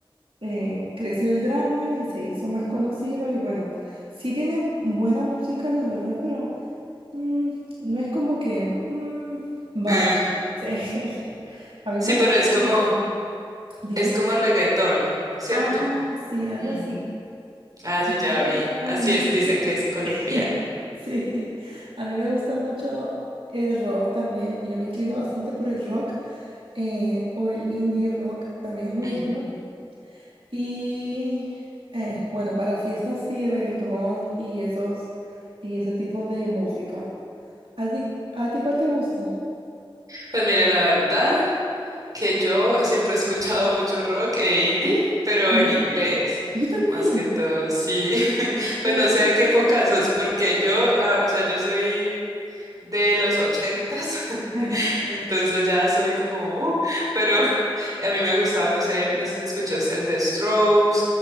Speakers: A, on the right (about 80°); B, on the right (about 40°).
A: eh, creció el drama y se hizo más conocido y bueno, sí tiene buena música, la verdad, pero Mm, no es como que, mm, vaya,
B: Sí.
A: sí. <laughs> A mí
B: Sí,
A: me
B: pero
A: gusta
B: es
A: mucho.
B: como,
A: Dime.
B: es como reggaetón, ¿cierto?
A: Ajá, sí, algo
B: Mm,
A: así.
B: ah, sí,
A: Me
B: ya vi.
A: gusta
B: Así
A: mucho.
B: es, dice que es colombiano.
A: <laughs> Sí, a mí me gusta mucho el rock también y yo me inclino bastante por el rock eh, o el indie rock, también es muy
B: Ujú.
A: bueno. Y eh, bueno, para fiestas sí, reggaetón y esos y ese tipo de música. ¿A ti, a ti cuál te gusta?
B: Pues mire, la verdad que yo siempre he escuchado <laughs> mucho rock e indie, pero
A: Ajá.
B: en inglés,
A: Yo también.
B: más que todo, sí. <laughs> Pues
A: Me
B: no
A: gusta
B: sé de
A: mucho.
B: qué época sos, porque yo, ah, o sea, yo soy de los ochentas, <laughs>
A: Ajá.
B: entonces ya soy como, uh, pero <laughs> a mí me gustaba, no sé, no sé si escuchaste The Strokes